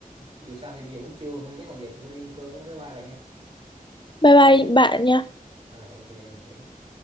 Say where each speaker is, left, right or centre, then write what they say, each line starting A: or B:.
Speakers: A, on the right; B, on the left.
A: dù sao thì bây giờ cũng trưa hay chắc là giờ tôi phải đi ăn cơm với bye bye bà nha
B: Bye bye bạn nha.
A: rồi ok ok